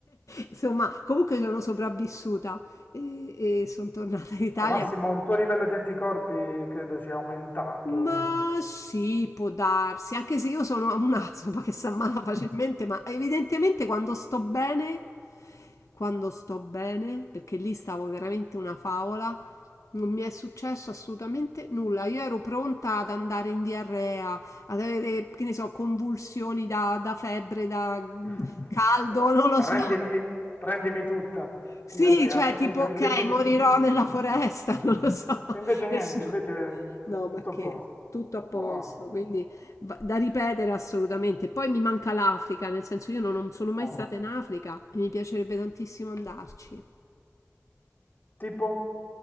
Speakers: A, on the left (about 75°); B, on the left (about 40°).
A: Insomma, comunque sono sopravvissuta e, e sono tornata in Italia.
B: Al massimo il tuo livello di anticorpi credo sia aumentato.
A: Ma sì, può darsi, anche se io sono un'aspa che si ammala facilmente, ma evidentemente quando sto bene, quando sto bene, perché lì stavo veramente una favola, non mi è successo assolutamente nulla. Io ero pronta ad andare in diarrea, ad avere, che ne so, convulsioni da, da febbre, da
B: <laughs>
A: caldo, non lo
B: Prendimi,
A: so.
B: prendimi tutta,
A: Sì,
B: diarrea.
A: cioè
B: E
A: tipo:
B: invece lì
A: "Okay,
B: non...
A: morirò nella
B: <laughs>
A: foresta", <laughs> non lo so,
B: E invece niente,
A: nessuno
B: invece
A: no, ma
B: tutto
A: che,
B: a posto.
A: tutto a posto,
B: Buono,
A: quindi va da ripetere assolutamente. Poi mi manca l'Africa, nel senso io no non sono mai
B: wow.
A: stata in Africa e mi piacerebbe tantissimo andarci.
B: Tipo?